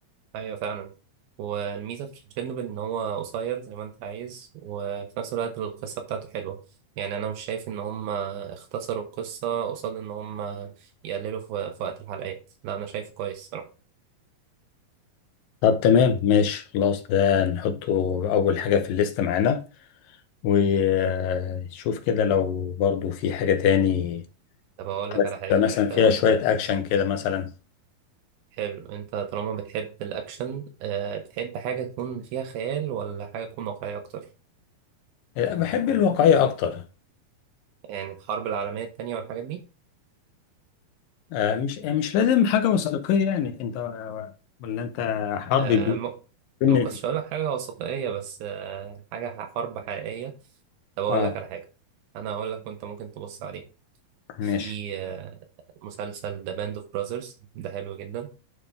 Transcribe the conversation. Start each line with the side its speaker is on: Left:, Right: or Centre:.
Right: ايوه فعلا والميزه في تشيرنوبل ان هو قصير زي ما انت عايز وفي نفس الوقت القصه بتاعته حلوه يعني انا مش شايف ان هم اختصروا القصه قصاد ان هم يقللوا في في وقت الحلقات لا انا شايفه كويس صراحه
Left: طب تمام ماشي خلاص ده نحطه اول حاجه في الليست معانا وشوف كده لو برضو في حاجه تاني
Right: طب اقول لك
Left: بس
Right: على حاجه
Left: مثلا
Right: انت
Left: فيها شويه اكشن كده مثلا
Right: حلو انت طالما بتحب الاكشن آه، بتحب حاجه تكون فيها خيال ولا حاجه تكون واقعيه اكتر
Left: آه، بحب الواقعيه اكتر
Right: يعني الحرب العالميه التانية والحاجات دي
Left: آه، مش مش لازم حاجه وثائقيه يعني انت ولا انت حرب
Right: آه
Left: بيوت
Right: ما
Left: فيلم
Right: ما كنتش هقول لك حاجة وثائقية بس آه حاجة ح- حرب حقيقية طب أقول
Left: اه
Right: لك على حاجة أنا هقول لك وأنت ممكن تبص عليه
Left: ماشي
Right: في آه مسلسل ذا باند أوف براذرز ده حلو جدا